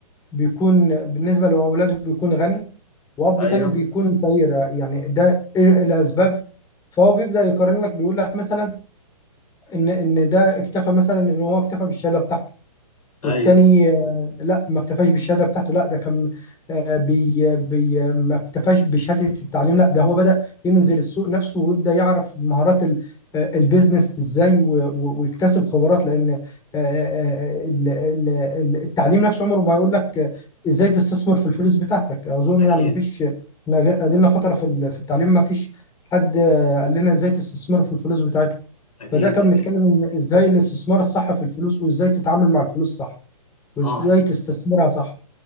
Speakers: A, on the left; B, on the left.
A: بيكون بالنسبه لاولاده بيكون غني واب
B: ايوه
A: تاني بيكون فقير يعني ده ايه الاسباب فهو بيبدا يقارن لك بيقول لك مثلا ان ان ده اكتفى مثلا ان هو اكتفى بالشهاده بتاعته والتاني
B: ايوه
A: آه، لا ما اكتفاش بالشهاده بتاعته لا ده كان آه، بي بي ما اكتفاش بشهاده التعليم لا ده هو بدأ ينزل السوق نفسه ويبدأ يعرف مهارات ال- آه، البيزنس ازاي و- و- ويكتسب خبرات لان آه، آه، آه، ال- ال- ال- التعليم نفسه عمره ما يقول لك آه، ازاي تستثمر في الفلوس بتاعتك اظن
B: اكيد
A: يعني ما فيش إحنا قضينا فتره في ال- في التعليم ما فيش حد آه، قال لنا ازاي تستثمر في الفلوس بتاعتك
B: اكيد
A: فده كان
B: اكيد
A: بيتكلم ان ازاي الاستثمار الصح في الفلوس وازاي تتعامل مع الفلوس صح وازاي
B: اه
A: تستثمرها صح